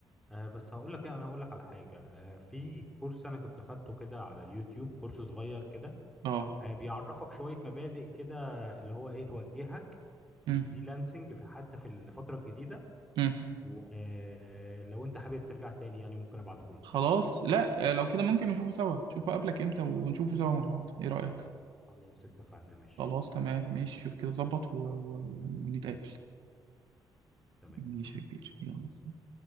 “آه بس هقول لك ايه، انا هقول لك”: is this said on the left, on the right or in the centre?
Centre